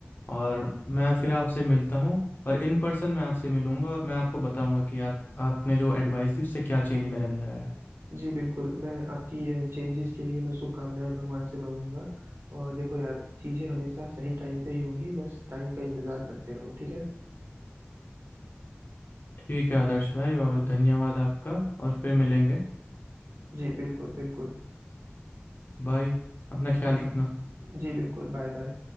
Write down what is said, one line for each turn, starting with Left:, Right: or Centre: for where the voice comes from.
Left: और मैं फिर आपसे मिलता हूँ और इन पर्सन मैं आपसे मिलूंगा और मैं आपको बताऊंगा कि आप आपने जो एडवाइस दी उससे क्या चेंज मेरे अंदर आया
Right: जी बिल्कुल मैं आपकी चेंजेस के लिए मैं शुभकामनाएं भगवान से मांगूंगा और देखो यार चीज़ें हमेशा सही टाइम पे ही होंगी बस टाइम का इंतज़ार करते रहो ठीक है
Left: ठीक है आदर्श भाई और धन्यवाद आपका और फिर मिलेंगे
Right: जी बिल्कुल बिल्कुल
Left: बाय अपना ख्याल
Right: हम्म।
Left: रखना
Right: जी बिल्कुल Bye bye